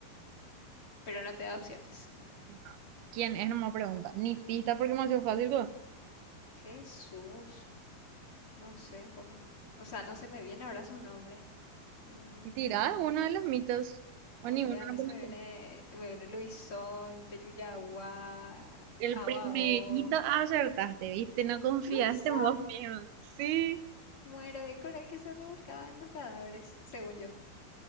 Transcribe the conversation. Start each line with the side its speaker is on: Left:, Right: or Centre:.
Left: Pero no te da opciones.
Right: No, ¿quién es? No me pregunta. Ni pista porque me ha sido fácil. güey.
Left: Jesús. No sé un poco. O sea, no se me viene ahora su nombre. Mm,
Right: Y tirá uno de los mitos. O
Left: Bueno,
Right: ninguno
Left: a
Right: no
Left: mí se me viene,
Right: conoces.
Left: me viene Luisón de Yuyagua
Right: El
Left: Abao.
Right: primerito ah, acertaste, ¿viste? No confiaste
Left: Luisón,
Right: en vos mismo. Sí,
Left: muero, el coral que se revolcaba en los cadáveres, según yo.